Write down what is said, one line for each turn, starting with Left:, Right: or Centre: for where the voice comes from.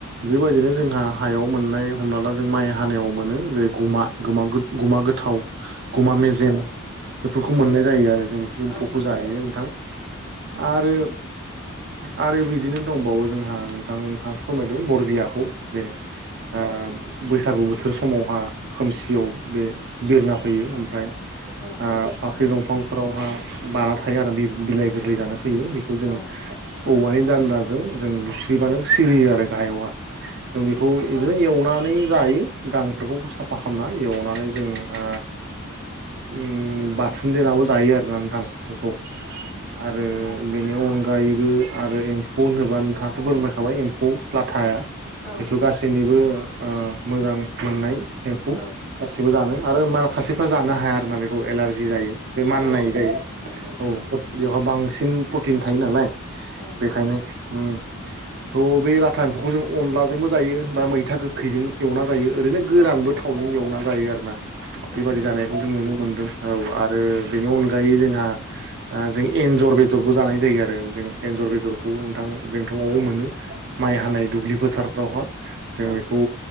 Right: बेबायदिनो जोंहा हायाव मोननाय हमना ला जों माइ हानायाव मोनो जेरै गमा गुमा गोथाव गमा
Centre: औ
Right: मेजेम बेफोरखौ मोननाय जायो आरो जों एम्फौखौ
Centre: औ
Right: जायो नोंथां आरो आरो बिदिनो दंबावो जोंहा नोंथां नों फोरमायदों बरबियाखौ बे ओ बैसागु बोथोर समावहा खोमसियाव बे बिरना फैयो ओमफ्राय
Centre: औ
Right: ओ फाख्रि दंफांफोरावहा बाना थायो आरो बिलाइ गोरलै जानो फैयो बेखौ जों
Centre: औ
Right: औवानि दान्दाजों जों बुस्रिबानो सिरियो आरो गाहायावहा जों बेखौ बिदिनो एवनानै जायो गांफोरखौबो साफा खालामना एवनानै जों ओ ओम बाथोन देनाबो जायो आरोना नोंथां बेखौ आरो बेनि अनगा अगायैबो आरो एम्फौ होनोबा नोंथाङाथ' बोरमायखाबाय एम्फौ लाथाया
Centre: औ
Right: बेथ' गासिबो जोंनिबो ओ मोजां मोननाय एम्फौ
Centre: औ
Right: गासिबो जानो आरो माखासेफ्रा जानो हाया आरो ना बेखौ एलारजि जायो बे माननाय
Centre: औ औ
Right: जायो
Centre: नंगौ नोंथां
Right: औ बेवहाय बांसिन प्रटिन थायो नालाय
Centre: औ
Right: बेखायनो ओम थह बे लाथा एम्फौखौ जों अनलाजोंबो जायो बा मैथा गोखैजों एवना जायो ओरैनो गोरानबो
Centre: औ औ
Right: थावजों एवना जायो आरोना बेबादि
Centre: औ नंगौ
Right: जानायखौ नुनो मोनदों औ आरो बेनि अनगायै जोंहा जों एन्जर बेदरबो जानाय जायो आरो जों एन्जर बेदरखौ नोंथां जोंथ, <unintelligible>
Centre: औ
Right: मोनो माइ हानाय दुब्लि फोथारफ्रावहाय जों
Centre: औ
Right: बेखौ